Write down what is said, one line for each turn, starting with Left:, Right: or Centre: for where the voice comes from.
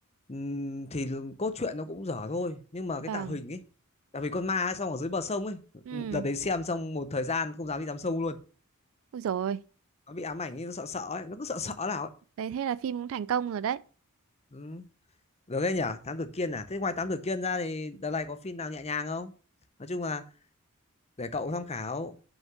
Left: ừm, thì cốt truyện nó cũng dở thôi nhưng mà
Right: Vâng.
Left: cái tạo hình ấy tạo hình con ma ấy, xong ở dưới bờ sông ấy
Right: Ừ,
Left: đợt đấy xem xong một thời gian không dám đi tắm sông luôn
Right: ôi rồi.
Left: nó bị ám ảnh ấy, nó sợ sợ ấy nó cứ sợ sợ nào ấy
Right: Đấy, thế là phim cũng thành công rồi đấy.
Left: ừ. được đấy nhỉ thám tử kiên à thế ngoài thám tử kiên ra thì đợt này có phim nào nhẹ nhàng không nói chung là để cậu tham khảo